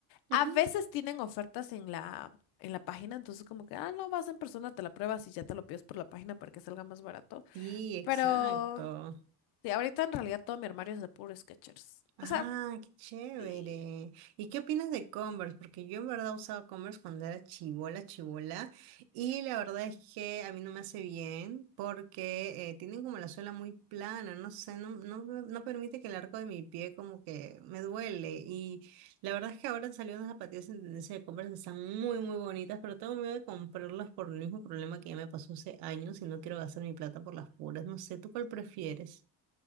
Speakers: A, on the right; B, on the left.
A: ujú.
B: A veces tienen ofertas en la, en la página, entonces como que, ah, no, vas en persona, te la pruebas y ya te lo pides por la página para que salga más barato.
A: Sí, exacto.
B: Pero, sí, ahorita en realidad todo mi armario es de puro Skechers.
A: Ah,
B: O sea,
A: qué chévere.
B: sí.
A: ¿Y qué opinas de Converse? Porque yo en verdad usaba Converse cuando era chibola, chibola. Y la verdad es que a mí no me hace bien porque eh, tienen como la suela muy plana, no sé, no, no, me- no permite que el arco de mi pie como que me duele. Y la verdad es que ahora han salido unas zapatillas en tendencia de Converse que están muy, muy bonitas, pero tengo miedo de comprarlas por el mismo problema que ya me pasó hace años y no quiero gastar mi plata por las puras. No sé, ¿tú cuál prefieres?